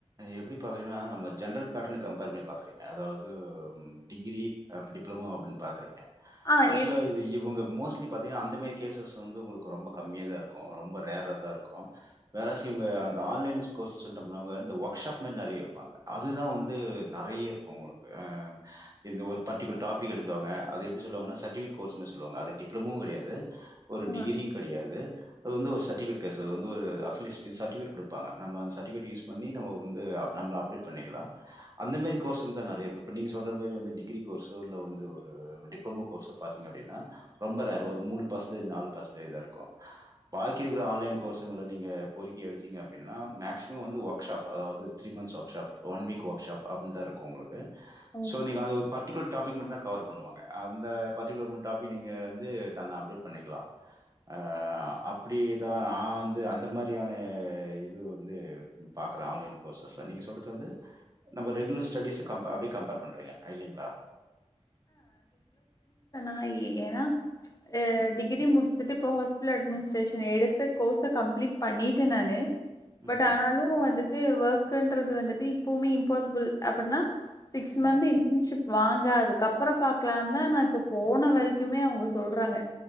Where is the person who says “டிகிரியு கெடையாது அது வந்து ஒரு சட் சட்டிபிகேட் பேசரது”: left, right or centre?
Right